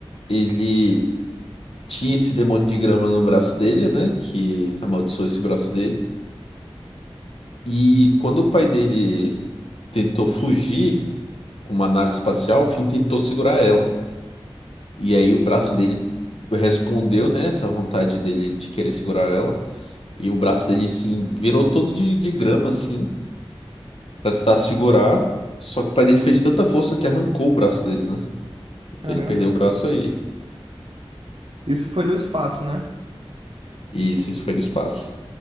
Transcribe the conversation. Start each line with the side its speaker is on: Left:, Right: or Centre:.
Left: ele tinha esse demônio de grama no braço dele, né? Que amaldiçoou esse braço dele. E quando o pai dele tentou fugir com uma nave espacial, o Finn tentou segurar ela. E aí o braço dele respondeu, né, essa vontade dele de querer segurar ela. E o braço dele, assim, virou todo de, de grama, assim, pra tentar segurar. Só que o pai dele fez tanta força que arrancou o braço dele, né? Então
Right: Caramba.
Left: ele perdeu o braço aí.
Right: Isso foi no espaço, né?
Left: E isso, isso foi no espaço.